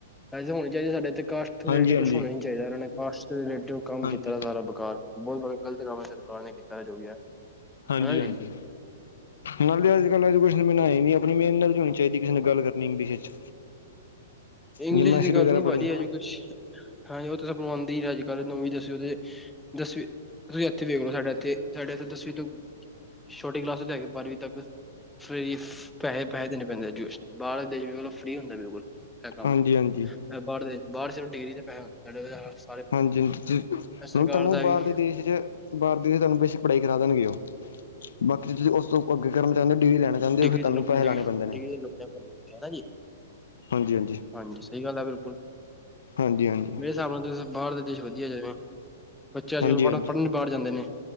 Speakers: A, in the centre; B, on the left.
A: ਐ ਤੇ ਹੋਣੀ ਚਾਹੀਦੀ ਸਾਡੇ ਇ ਕਾਸਟ ਰਿਟਡ
B: ਹਾਂਜੀ ਹਾਂਜੀ।
A: ਕੁਛ ਹੋਣਾ ਨੀ ਚਾਹੀਦਾ ਇਨਾਂ ਨੇ ਕਾਸਟ ਦੇ ਰਿਲੇ ਕੰਮ
B: ਹਾਂਜੀ।
A: ਕੀ ਸਾਰਾ ਬੇਕਾਰ ਬਹੁਤ ਬਾ ਗਲਤ ਹੈ ਸਰਕਾਰ ਨੇ ਕੀਤਾ ਜੋ ਵੀ ਹੈ।
B: ਹਾਂਜੀ-ਹਾਂਜੀ
A: ਹਨਾ ਜੀ
B: ਨਾਲ ਦੀ ਅੱਜ ਕੱਲ੍ਹ ਐਜੂਕੇ ਮਏ ਨੀ ਆਪਣੀ ਮਿਹਨਤ ਵੀ ਹੋਣੀ ਚਾਹੀਦੀ ਕਿਸੇ ਨੇ ਗੱਲ ਕਰਨੀ ਇੰਗਲਿਸ਼ ਵਿੱਚ।
A: ਇੰਗਲਿਸ਼
B: ਜਿੰਮ ਮਾਸੀਟ
A: ਦੀ ਗੱਲ
B: ਵਗੈਰਾ
A: ਨੀ ਭਾਜੀ
B: ਪੜਨ।
A: ਅਜੇ ਕੁਛ ਹਾਂਜੀ ਉਹ ਤਾਂ ਸਭ ਨੂੰ ਆਉਂਦੀ ਹੈ ਅੱਜ ਕੱਲ੍ਹ ਨੌਵੀਂ ਦਸਵੀਂ ਵੀ ਦਸਵੀਂ ਤੁਸੀਂ ਇੱਥੇ ਵੇਖ ਲੋ ਸਾਡੇ ਇੱਥੇ ਸਾਡੇ ਇੱਥੇ ਦਸਵੀਂ ਤੋਂ ਛੋਟੀ ਕਲਾਸ ਲੈ ਕੇ ਬਾਰਵੀਂ ਤੱਕ। ਫੀਸ ਪੈਹੇ-ਪੈਹੇ ਦੇਣੇ ਪੈਂਦੇ ਐਜੂਕੇਸ਼ਨ ਬਾਹਰਲੇ ਦੇਸ਼ ਲੋ ਫ੍ਰੀ ਹੁੰਦਾ ਬਿਲਕੁਲ। ਇਹ ਕੰਮ
B: ਹਾਂਜੀ ਹਾਂਜੀ
A: ਬਾਰ ਦੇ ਬਾਰ ਸਿਰਫ ਡਿਗਰੀ ਤੇ ਪੈਸੇ ਹੁੰਦੇ <unintelligible>
B: ਹਾਂਜੀ-ਹਾਂਜੀ
A: ਸਰਕਾਰ
B: ਹੁਣ ਤਹਨੂੰ
A: ਦਾ
B: ਬਾਹਰ
A: ਵੀ
B: ਦੇਸ਼ ਚ ਬਾਰ ਦੇ ਤੁਹਾਨੂੰ ਬੇਸਿਕ ਪੜ੍ਹਾਈ ਕਰਾ ਦੇਣਗੇ ਉਹ ਬਾਕੀ ਤੁਸੀਂ ਉਸ ਤੋਂ ਉਹ ਅੱਗੇ ਕਰਨਾ ਚਾਹੁੰਦੇ ਡਿਗਰੀ ਲੈਣਾ ਚਾਹੁੰਦੇ
A: ਡਿਗਰੀ
B: ਹੋ ਫੇਰ ਤੁਹਾਨੂੰ
A: ਤੇ ਲੁਕਣ
B: ਪੈਸੇ
A: ਦੀ
B: ਲਾਉਣੇ
A: ਵੀ
B: ਪੈਂਦੇ ਨੇ।
A: ਡਿਗਰੀ ਤੇ ਲੁਕਣਾ ਪੈਂਦੀ ਹੈ ਜੀ
B: ਹਾਂਜੀ-ਹਾਂਜੀ।
A: ਹਾਂਜੀ ਸਹੀ ਗੱਲ ਹੈ ਬਿਲਕੁਲ।
B: ਹਾਂਜੀ-ਹਾਂਜੀ।
A: ਇਹ ਹਿਸਾਬ ਨਾਲ ਤੁਂ ਬਾਹਰ ਦੇ ਦੇਸ਼ ਵਧੀਆ ਜਾਵੇਂ ਬੱਚੇ ਅੱਜ
B: ਹਾਂਜੀ
A: ਕੱਲ੍ਹ ਪੜ੍ਹ
B: ਹਾਂਜੀ।
A: ਪੜ੍ਹਨ ਬਾਹਰ ਜਾਂਦੇ ਨੇ ਹੈ